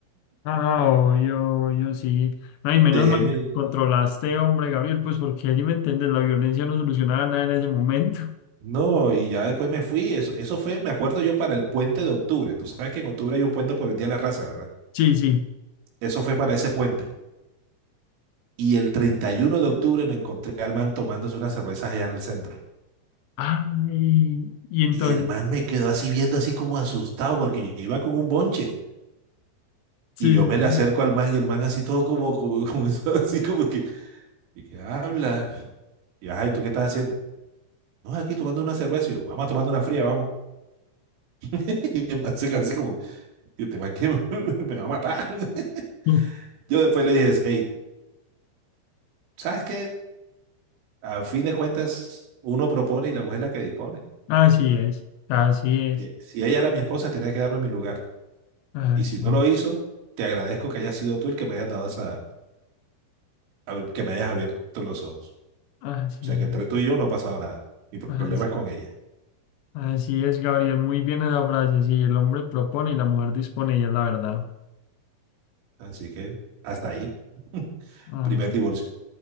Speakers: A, on the left; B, on the right.
A: ah, oh, yo, yo sí. Ay, menos
B: Dejé
A: mal
B: mi...
A: que controlaste, hombre, Gabriel, pues porque allí me entiendes, la violencia no solucionaba nada en ese momento.
B: No, y ya después me fui. Eso, eso fue, me acuerdo yo, para el puente de octubre. Tú sabes que en octubre hay un puente por el Día de la Raza, ¿verdad?
A: Sí, sí.
B: Eso fue para ese puente. Y el 31 de octubre me encontré al man tomándose unas cervezas allá en el centro.
A: Ay, y entonces,
B: Y el man me quedó así viendo así como asustado porque yo iba con un bonche.
A: <laughs> sí,
B: Y yo
A: sí,
B: me le acerco al man y el man así todo como, como, como eso, <laughs> así como que, y que habla. Y ay, ¿tú qué estás haciendo? No, aquí tomando una cerveza. Y yo, vamos a tomar una fría, vamos. <laughs> Y el man se quedó así como, yo te que me <laughs> me va a matar. <laughs>
A: sí.
B: Yo después le dije, hey, ¿sabes qué? A fin de cuentas, uno propone y la mujer es la que dispone.
A: Así es, así es,
B: Eh, Si ella era mi esposa, tenía que darme mi lugar.
A: así,
B: Y si no lo hizo, te agradezco que hayas sido tú el que me hayas dado esa, a- que me hayas abierto los ojos.
A: así,
B: O sea que entre tú y yo no ha pasado nada. Mi problema
A: así,
B: es con ella.
A: así es, Gabriel. Muy bien esa frase. Sí, el hombre propone y la mujer dispone, y es la verdad.
B: Así que hasta ahí. <laughs>
A: Ah,
B: Primer divorcio.